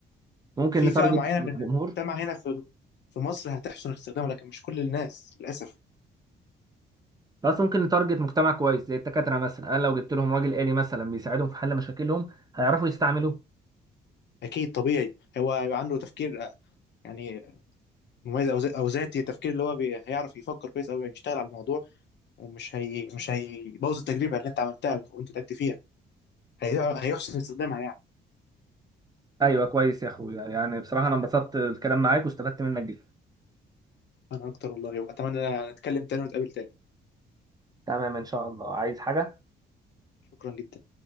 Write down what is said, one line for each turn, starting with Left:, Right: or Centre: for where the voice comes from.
Right: ممكن
Left: في
Right: نتارجت
Left: فئة معينة
Right: الجمهور
Left: من المجتمع هنا في في مصر هتحسن استخدامه لكن مش كل الناس للاسف
Right: بس ممكن نتارجت مجتمع كويس زي الدكاترة مثلا انا لو جبت لهم راجل آلي مثلا بيساعدهم في حل مشاكلهم هيعرفوا يستعملوه
Left: اكيد طبيعي هو هيبقى عنده تفكير آه، يعني مميز او ذ- أو ذاتي التفكير اللي هو بي- هيعرف يفكر كويس او يشتغل على الموضوع ومش هي مش هيبوظ التجربة اللي انت عملتها وانت تعبت فيها هي- هيحسن استخدامها يعني
Right: ايوه كويس يا اخويا يعني بصراحة انا انبسطت الكلام معاك واستفدت منك جدا
Left: انا اكتر والله واتمنى نتكلم تاني ونتقابل تاني
Right: تمام ان شاء الله عايز حاجة
Left: شكرا جدا